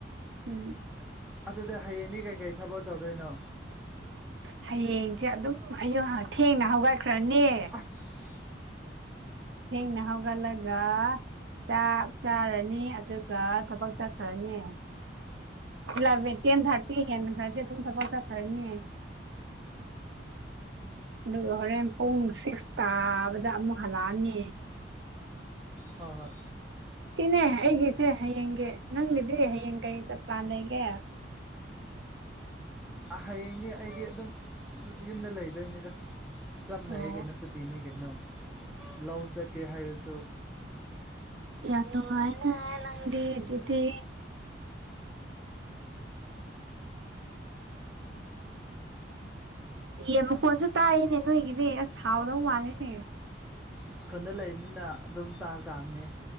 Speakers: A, on the right; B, in the centre.
A: ꯎꯝ
B: ꯑꯗꯨꯗꯤ ꯍꯌꯦꯡꯗꯤ ꯀꯩꯀꯩ ꯊꯕꯛ ꯇꯧꯗꯣꯏꯅꯣ
A: ꯍꯌꯦꯡꯁꯦ ꯑꯗꯨꯝ ꯑꯩ ꯑꯌꯨꯛ ꯊꯦꯡꯅ ꯍꯧꯒꯠꯈ꯭ꯔꯅꯤ
B: ꯑꯁ
A: ꯊꯦꯡꯅ ꯍꯧꯒꯠꯂꯒ ꯆꯥꯛ ꯆꯥꯔꯅꯤ ꯑꯗꯨꯒ ꯊꯕꯛ ꯆꯠꯈ꯭ꯔꯅꯤ ꯏꯂꯚꯦꯟ ꯇꯦꯟ ꯊꯥꯔꯇꯤ ꯍꯦꯟꯈ꯭ꯔꯗꯤ ꯑꯗꯨꯝ ꯊꯕꯛ ꯆꯠꯈ꯭ꯔꯅꯤ ꯑꯗꯨꯒ ꯍꯣꯔꯦꯟ ꯄꯨꯡ ꯁꯤꯛꯁ ꯇꯥꯕꯗ ꯑꯃꯨꯛ ꯍꯜꯂꯛꯑꯅꯤ
B: ꯍꯣꯏ ꯍꯣꯏ
A: ꯁꯤꯅꯦ ꯑꯩꯒꯤꯁꯦ ꯍꯌꯦꯡꯒꯤ ꯅꯪꯒꯤꯗꯤ ꯍꯌꯦꯡ ꯀꯩ ꯆꯠꯄ ꯄꯂꯥꯟ ꯂꯩꯒꯦ
B: ꯍꯌꯦꯡꯗꯤ ꯑꯩꯗꯤ ꯑꯗꯨꯝ ꯌꯨꯝꯗ ꯂꯩꯗꯣꯏꯅꯤꯗ ꯆꯞ ꯃꯥꯅꯩꯌꯦ
A: ꯑꯣ
B: ꯀꯩꯅꯣ ꯁꯨꯠ ꯇꯤꯅꯤ ꯀꯩꯅꯣ ꯂꯧ ꯆꯠꯀꯦ ꯍꯥꯏꯔꯁꯨ
A: ꯌꯥꯝ ꯅꯨꯡꯉꯥꯏꯅꯦ ꯅꯪꯗꯤ ꯑꯗꯨꯗꯤ ꯌꯦꯟ ꯃꯈꯣꯟꯁꯨ ꯇꯥꯏꯅꯦ ꯅꯣꯏꯒꯗꯤ ꯑꯁ ꯍꯥꯎꯗꯧ ꯃꯥꯜꯂꯦꯅꯦ
B: ꯏꯁ꯭ꯀꯨꯜꯗ ꯂꯩꯕꯅꯤꯅ ꯑꯗꯨꯝ ꯇꯥꯕ ꯇꯥꯕꯅꯤ